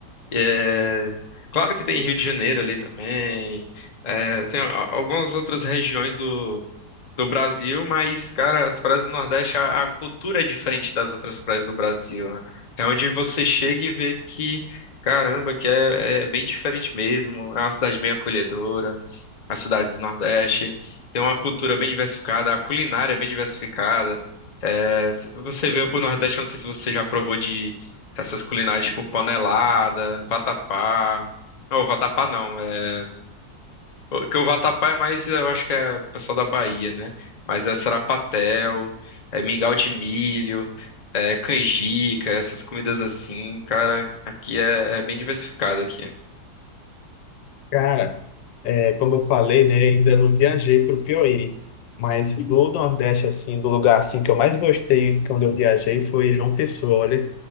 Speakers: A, on the left (about 40°); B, on the left (about 85°).
A: É, claro que tem Rio de Janeiro ali também, é, tem a- algumas outras regiões do do Brasil, mas, cara, as praias do Nordeste, a, a cultura é diferente das outras praias do Brasil, né? É onde você chega e vê que, caramba, que é, é bem diferente mesmo. É uma cidade bem acolhedora, as cidades do Nordeste. Tem uma cultura bem diversificada, a culinária é bem diversificada. É, se você veio pro Nordeste, eu não sei se você já provou de essas culinárias tipo panelada, vatapá. Não, vatapá não. é, o- Que o vatapá é mais, eu acho que é pessoal da Bahia, né? Mas é sarapatel, é mingau de milho, é canjica, essas comidas assim, cara, aqui é, é bem diversificado aqui.
B: Cara. É, como eu falei, né, ainda não viajei para o Piauí, mas do Nordeste, assim, do lugar assim que eu mais gostei quando eu viajei foi João Pessoa. Olha,